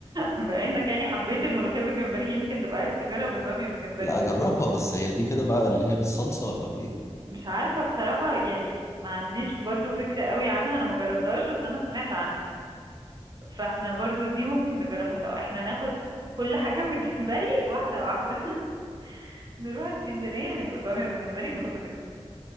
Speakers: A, on the right; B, on the left.
A: بما انك يعني حبيت الملوخية بالجمبري يمكن تبقى عايز تجرب البامية بالجمبري
B: لا اجربها بس هي دي كده بقى اللي هي بالصلصه ولا بايه
A: مش عارفة بصراحة يعني ما عنديش برضو فكرة قوي عنها انا ما جربتهاش بس انا سمعت عنها فاحنا برضو دي ممكن نجربها سوا احنا ناخد كل حاجة <laughs> بالجمبري واحدة واحدة <laughs> نروح اسكندرية ناكل بامية بالجمبري وملوخية